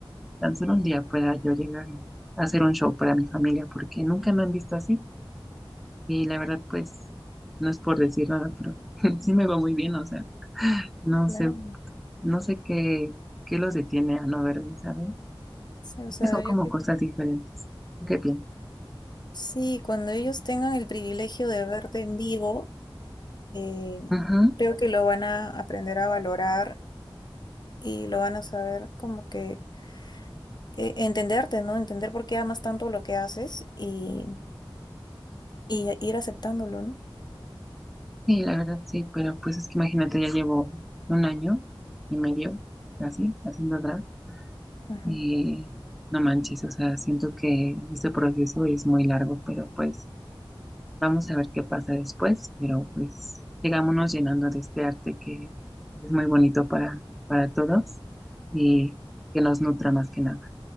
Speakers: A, in the centre; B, on the left (about 50°).
A: tan solo un día pueda yo llegar y hacer un show para mi familia, porque nunca me han visto así. Y la verdad, pues, no es por decir nada, pero <laughs> sí me va muy bien, o sea, no
B: claro.
A: sé, no sé qué, qué los detiene a no verme, ¿sabes?
B: Sí, o sea,
A: Que son como
B: yo creo-
A: cosas diferentes. ¿Tú ¿Qué piensas?
B: sí, cuando ellos tengan el privilegio de verte en vivo, eh,
A: Ujú,
B: creo que lo van a aprender a valorar y lo van a saber como que eh, entenderte, ¿no? Entender por qué amas tanto lo que haces y, y ir aceptándolo, ¿no?
A: Sí, la verdad, sí, pero pues es que imagínate, ya llevo un año y medio así, haciendo drag,
B: Ajá.
A: y no manches, o sea, siento que este proceso es muy largo, pero pues Vamos a ver qué pasa después, pero pues sigámonos llenando de este arte que es muy bonito para, para todos y que nos nutra más que nada.